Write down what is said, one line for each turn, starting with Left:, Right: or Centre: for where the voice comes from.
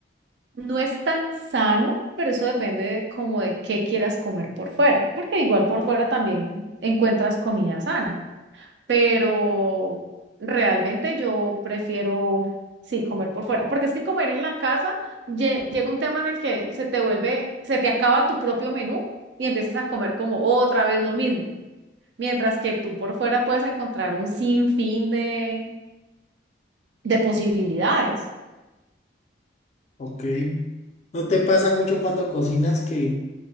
Right: No es tan sano, pero eso depende de como de qué quieras comer por fuera, porque igual por fuera también encuentras comida sana pero realmente yo prefiero, sí, comer por fuera, porque es que comer en la casa lle- llega un tema en el que se te vuelve, se te acaba tu propio menú y empiezas a comer como otra vez lo mismo, mientras que tú por fuera puedes encontrar un sinfín de, de posibilidades.
Left: Ok. ¿No te pasa mucho cuando cocinas que